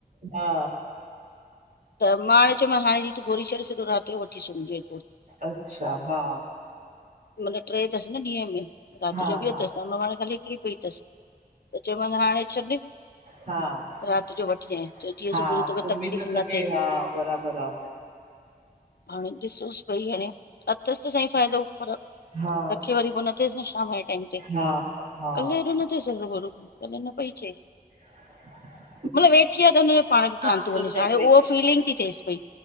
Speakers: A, on the right (about 55°); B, on the left (about 85°).
A: हा।
B: त मां हाणे चयोमस हाणे तू गोरी छॾे सो राति जो वठी सुम जे।
A: अच्छा हा।
B: मन ट्रे अथसि न ॾींहं में राति
A: हा
B: जो बि
A: हा
B: अथसि, न हुन हे ख़ाली हिकिड़ी पई अथसि। त चव मां हाणे छॾ
A: हा-हा
B: राति जो वठिजांइ चयो जीअं सुबुह जो तोखे
A: सुमी
B: तकलीफ़
A: त सघे
B: न थिए
A: हा बराबर हा।
B: हाणे ॾिसोसि भई हाणे अथस त सई फ़ाइदो पर।
A: हा
B: रखे वरी पोइ न थियएसि न शाम जे टाइम ते
A: हा हा
B: कल्ह हेॾो न थिएसि अरू बरू। कल न पई चय।
A: <inaudible>
B: मतलबु वेठी आहे त हुनजो पाण खे,
A: शाम
B: धयान थो
A: जो
B: वञेस
A: थिए
B: हाणे
A: पई
B: उहो फीलिंग थी थिएि पई।